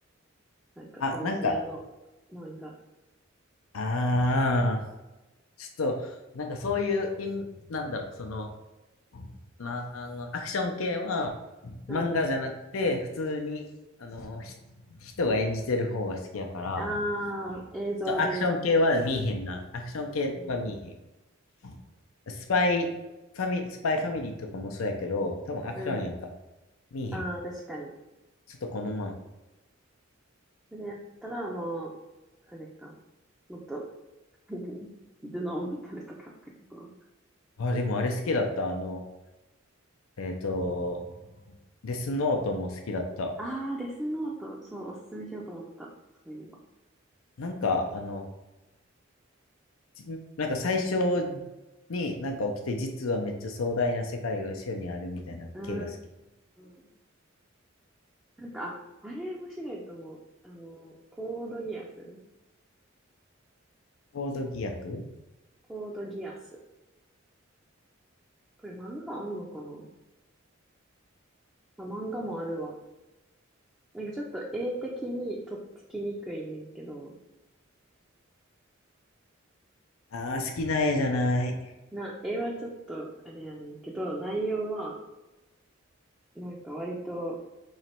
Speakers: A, in the centre; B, on the left.
A: なんか殺し屋の漫画。
B: あ、なんか、ああ、ちょっと、なんかそういう、イン、なんだろう、その、な、あの、アクション系は、
A: うん。
B: 漫画じゃなくて、普通に、あの、ひ人が演じてる方が好きやから、
A: ああ、映像で見たい。
B: ちょっとアクション系は見えへんな。アクション系は見えへ
A: うん。
B: ん。スパイファミ、スパイファミリーとかもそうやけど、多分アクションやんか。
A: うん。
B: 見えへん。
A: ああ、確かに。
B: ちょっとこのまん。
A: それやったらもう、あれか。もっと、<laughs> 何頭脳メタルとかってこと
B: あ、でもあれ好きだった。あの、えっと、デスノートも好きだった。
A: ああー、デスノート、そう、おすすめしようと思ってた。そういえば。
B: なんか、あの、じなんか最初になんか起きて、実はめっちゃ壮大な世界が後ろにあるみたいな系が好き。
A: うーん。なんか、ああれ面白いと思う。あの、コードギアス
B: コードギアク
A: コードギアス。これ漫画あんのかなあ、漫画もあるわ。なんかちょっと絵的にとっつきにくいねんけど、
B: ああー、好きな絵じゃない。
A: な、絵はちょっとあれやねんけど、内容はなんか割と